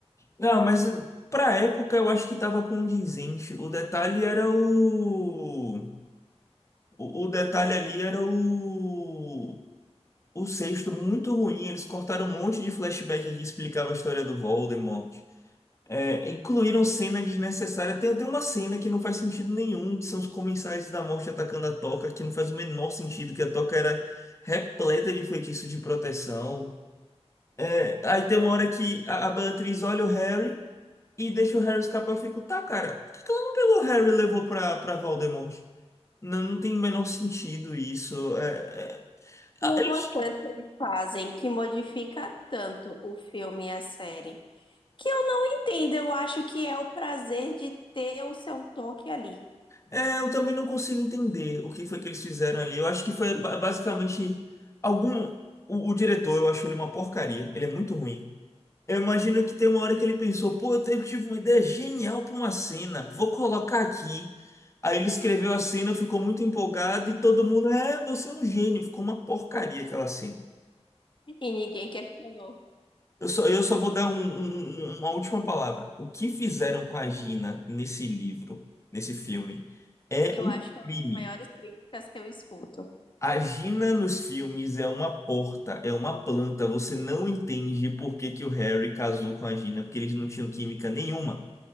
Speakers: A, on the left; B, on the left.
A: Não, mas eh, pra época eu acho que tava condizente. O detalhe era o... O, o detalhe ali era o... O sexto muito ruim. Eles cortaram um monte de flashback que explicava a história do Voldemort. É, incluíram cena desnecessária. Tem, tem uma cena que não faz sentido nenhum, que são os comensais da morte atacando a Toca, que não faz o menor sentido, que a Toca era repleta de feitiço de proteção. É, aí tem uma hora que a, a Beatriz olha o Harry e deixa o Harry escapar. Eu fico, tá, cara, por que que ela não pegou o Harry e levou pra, pra Voldemort? Não, não tem o menor sentido isso. É, é, a-
B: E algumas
A: eles-
B: coisas que eles fazem que modifica tanto o filme e a série. Que eu não entendo. Eu acho que é o prazer de ter o seu toque ali.
A: é, eu também não consigo entender o que foi que eles fizeram ali. Eu acho que foi ba- basicamente algum. O, o diretor, eu acho ele uma porcaria. Ele é muito ruim. Eu imagino que tem uma hora que ele pensou, pô, eu te- tive uma ideia genial pra uma cena, vou colocar aqui. Aí ele escreveu a cena, ficou muito empolgado e todo mundo, é, você é um gênio. Ficou uma porcaria aquela cena.
B: E ninguém questionou.
A: Eu só, eu só vou dar um- um- um, um, uma última palavra. O que fizeram com a Gina nesse livro, nesse filme, é
B: Eu
A: um
B: acho que é uma
A: crime.
B: das maiores críticas que eu escuto.
A: A Gina nos filmes é uma porta, é uma planta. Você não entende por que que o Harry casou com a Gina, porque eles não tinham química nenhuma.